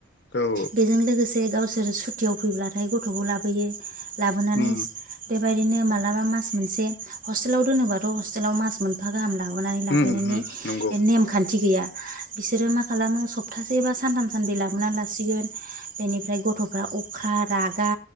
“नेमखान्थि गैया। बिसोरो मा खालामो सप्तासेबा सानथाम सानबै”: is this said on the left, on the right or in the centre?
Right